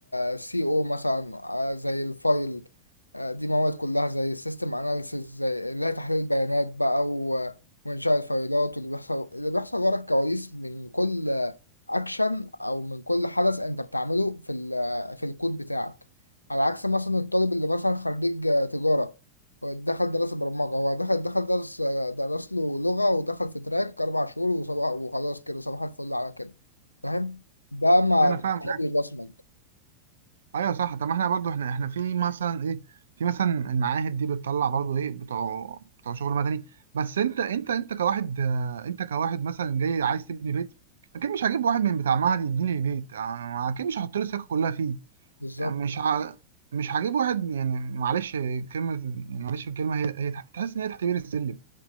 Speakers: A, on the left (about 85°); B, on the right (about 65°).
A: السي او مثلا آه، زي الفايل آه، دي مواد كلها زي السيستم اناليسيس زي اللي هي تحليل البيانات بقى وإنشاء الفايلات واللي بيحصل اللي بيحصل ورا الكواليس من كل أكشن أو من كل حدث أنت بتعمله في ال في الكود بتاعك على عكس مثلا الطالب اللي مثلا خريج تجارة دخل درس برمجة هو دخل دخل درس درس له لغة ودخل في تراك أربع شهور وصباح وخلاص كده صباح الفل على كده فاهم؟ ده ما
B: انا
A: ده
B: فاهم
A: كده بيبصمج
B: ايوه صح طب ما احنا برضو احنا احنا في مثلا ايه في مثلا المعاهد دي بتطلع برضو ايه بتوع بتوع شغل مدني بس انت انت انت كواحد آه، انت كواحد مثلا جاي عايز تبني بيت اكيد مش هجيب واحد من بتاع معهد يبني لي بيت آه، اكيد مش هحط له السكه كلها فيه
A: بالظبط
B: يعني مش ه... مش هجيب واحد يعني معلش كلمه معلش الكلمه هي هي تحت- تحس ان هي تحت بير السلم